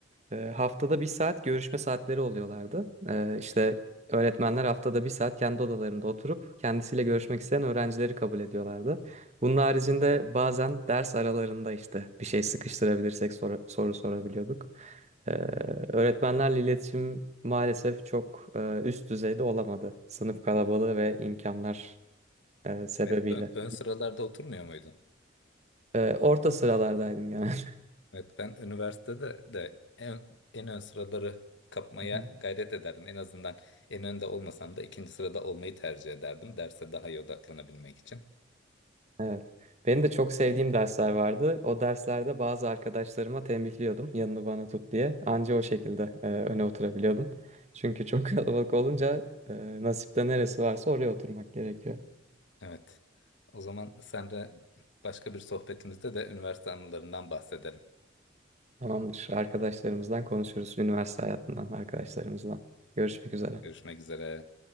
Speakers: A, on the right; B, on the left.
A: e, haftada bir saat görüşme saatleri oluyorlardı. E, işte öğretmenler haftada bir saat kendi odalarında oturup kendisiyle görüşmek isteyen öğrencileri kabul ediyorlardı. Bunun haricinde bazen ders aralarında işte bir şey sıkıştırabilirsek soru, soru sorabiliyorduk. E, öğretmenlerle iletişim maalesef çok e, üst düzeyde olamadı. Sınıf kalabalığı ve imkanlar e, sebebiyle.
B: Met ön, ön sıralarda oturmuyor muydun?
A: Ee, orta sıralardaydım genelde.
B: Evet ben üniversitede de en, en ön sıraları kapmaya
A: <laughs> Hı hı.
B: gayret ederdim. En azından en önde olmasam da ikinci sırada olmayı tercih ederdim. Derse daha iyi odaklanabilmek için.
A: Evet. Benim de çok sevdiğim dersler vardı. O derslerde bazı arkadaşlarıma tembihliyordum yanını bana tut diye. Anca o şekilde e, öne oturabiliyordum. Çünkü çok <laughs> kalabalık olunca e, nasipte neresi varsa oraya oturmak gerekiyor.
B: Evet. O zaman sen de başka bir sohbetimizde de üniversite anılarından bahsedelim.
A: Tamamdır. Arkadaşlarımızdan konuşuruz. Üniversite hayatından arkadaşlarımızdan. Görüşmek üzere.
B: Görüşmek üzere.